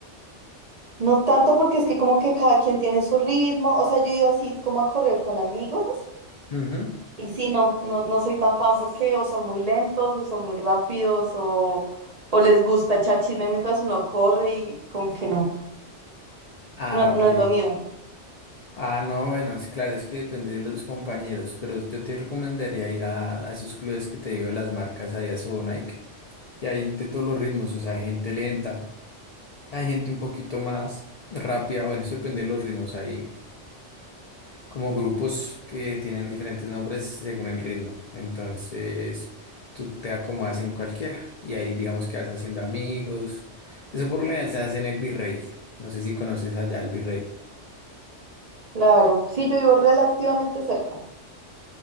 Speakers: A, on the right (about 50°); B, on the left (about 85°).
A: No tanto porque es que como que cada quien tiene su ritmo, o sea, yo he ido así como a correr con amigos
B: Ujú.
A: y sí, no, no, no soy tan fan porque o son muy lentos o son muy rápidos o, o les gusta echar chisme mientras uno corre y como que no.
B: Ah,
A: No,
B: ok.
A: no es lo mío.
B: Ah, no, bueno, es claro, es que depende de los compañeros, pero yo te recomendaría ir a, a esos clubes que te digo de las marcas, ahí a Sobo Nike, y hay de todos los ritmos, o sea, hay gente lenta, hay gente un poquito más rápida, bueno, eso depende de los ritmos, hay como grupos que tienen diferentes nombres según el ritmo, entonces tú te acomodas en cualquiera, y ahí digamos que vas haciendo amigos, eso por lo general se hace en el Virrey, no sé si conoces allá el Virrey.
A: Claro. Sí, yo vivo relativamente cerca.